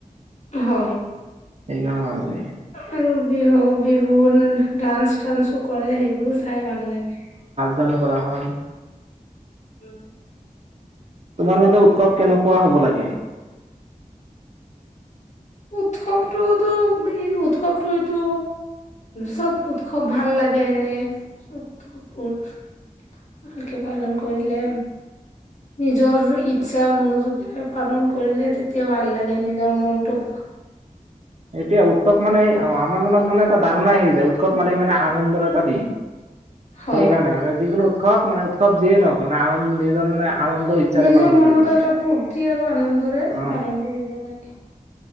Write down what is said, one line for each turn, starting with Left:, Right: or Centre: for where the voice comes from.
Left: হয়
Right: সেইকাৰণে ভাল লাগে
Left: আৰু বিহু বিহু ডাঞ্চ টাঞ্চো কৰে সেই বোৰো চাই ভাল লাগে
Right: জানো কৰা হয়
Left: উম
Right: তোমাৰ মতে উৎসৱ কেনেকোৱা হ'ব লাগে
Left: উৎসৱটোতো ই উৎসৱটো এইটো চব উৎসৱ ভাল লাগে এনে আজি খবৰথ ভালকে পালন ক কৰিলে নিজৰ ইচ্ছা মনোযোগৰে পালন কৰিলে তেয় ভাল লাগে নিজৰ মনটো
Right: এতিয়া উৎসৱ মানে অ আমাৰ মনত মানে এটা ধাৰণাই হৈ যায় উৎসৱ মানে মানে আনন্দৰ এটা দিন
Left: হয়
Right: সেইকাৰণে মানে যিকোনো উৎসৱ মানে উৎসৱ যিয়েই নহওক মানে আন নিজৰ মানে আনন্দ ইচ্ছাৰে
Left: নিজৰ
Right: পালন
Left: মনত
Right: কৰিব লাগে।
Left: এটা ফূৰ্তি আৰু আনন্দৰে
Right: অ
Left: পালন কৰিব লাগে